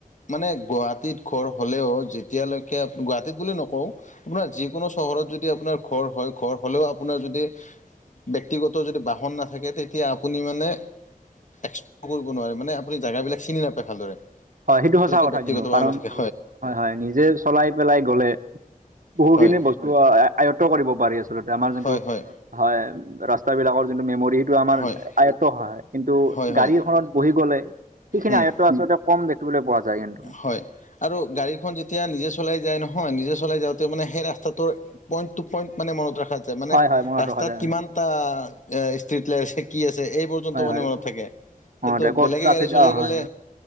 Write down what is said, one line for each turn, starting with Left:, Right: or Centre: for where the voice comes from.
Left: মানে গুৱাহাটীত ঘৰ হ'লেও যেতিয়ালৈকে গুৱাহাটীত বুলি নকওঁ আপোনাৰ যিকোনো চহৰত যদি আপোনাৰ ঘৰ হয়। ঘৰ হ'লেও আপোনাৰ যদি ব্যক্তিগত যদি বাহন নাথাকে। তেতি তিয়া আপুনি মানে এক্সপ্ল'ৰ কৰিব নোৱাৰে মানে আপুনি জেগাবিলাক চিনি নাপায় ভালদৰে।
Right: হয়, সেইটো
Left: যেতিয়ালৈকে
Right: সঁচা কথা
Left: ব্যক্তিগত
Right: কিন্তু।
Left: বাহন
Right: কাৰণ
Left: নাথাকে
Right: হয়, হয় নিজে চলাই পেলাই গ'লে বহুখিনি
Left: হয়
Right: বস্তু আয়ত্ব কৰিব পাৰি আচলতে আমাৰ যোনটো
Left: হয় হয়
Right: হয়, ৰাস্তাবিলাকৰ যোনটো মেম'ৰি টো আমাৰ
Left: হয়
Right: আয়ত্ত হয়। কিন্তু
Left: হয় হয়
Right: গাড়ী এখনত বহি গ'লে সেইখিনি
Left: উম
Right: আয়ত্ত আচলতে কম দেখিবলৈ পোৱা যায়। কিন্তু
Left: হয়। আৰু গাড়ীখন যেতিয়া নিজে চলাই যায় নহয়। নিজে চলাই যাওঁতে মানে সেই ৰাস্তাটোৰ পইণ্ট টু পইণ্ট মানে মনত ৰখা যায়। মানে
Right: হয় হয় মনত
Left: ৰাস্তাত
Right: ৰখা যায়
Left: কিমানটা এ ষ্ট্ৰিট লাইট আছে কি আছে এই পৰ্যন্ত
Right: হয়
Left: মানে
Right: হয়
Left: মনত থাকে।
Right: মনত
Left: কিন্তু
Right: ৰাখে ক'ত
Left: বেলেগে
Right: ট্ৰাফিক
Left: গাড়ী চলাই
Right: অ হয়
Left: গ'লে